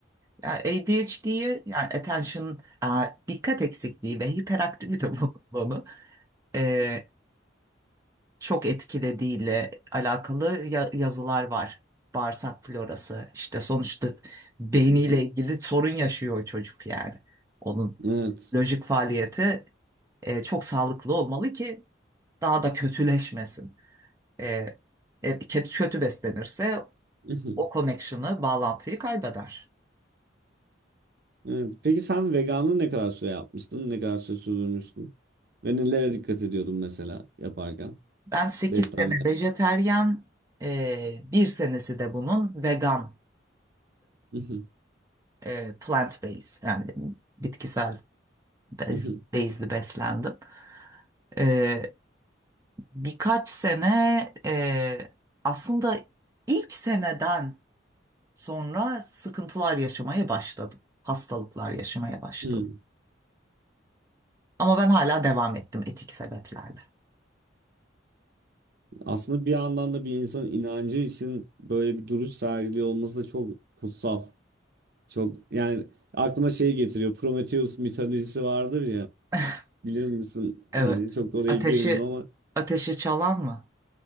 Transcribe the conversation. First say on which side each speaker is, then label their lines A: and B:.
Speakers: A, on the right (about 15°); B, on the right (about 55°).
A: yani ADHD'ye yani attention e, dikkat eksikliği ve hiperaktivite <laughs> bunu e, çok etkilediğiyle alakalı ya- yazılar var. Bağırsak florası işte sonuçta beyniyle
B: <laughs>
A: ilgili sorun yaşıyor çocuk yani. Onun
B: Evet.
A: lojik faaliyeti e, çok sağlıklı olmalı ki daha da kötüleşmesin. E, e, kötü, kötü beslenirse
B: <laughs>
A: o connection'ı, bağlantıyı kaybeder.
B: Evet. Peki sen veganlığı ne kadar süre yapmıştın? Ne kadar süre sürdürmüştün? Ve nelere dikkat ediyordun mesela yaparken?
A: Ben 8
B: Beslenme.
A: sene vejeteryan, e, bir senesi de bunun vegandı.
B: <laughs>
A: E, plant based yani bitkisel bez-
B: Hı. hı.
A: bezli beslendim. E, birkaç sene e, aslında ilk seneden sonra sıkıntılar yaşamaya başladım. Hastalıklar yaşamaya başladım.
B: Hı.
A: Ama ben hala devam ettim etik sebeplerle.
B: Aslında bir yandan da bir insanın inancı için böyle bir duruş sergiliyor olması da çok kutsal. Çok yani aklıma şey getiriyor. Prometheus mitolojisi vardır ya.
A: <laughs>
B: Bilir misin?
A: Evet.
B: Hani çok oraya
A: Ateşi
B: girmeyeyim ama
A: ateşi çalan mı?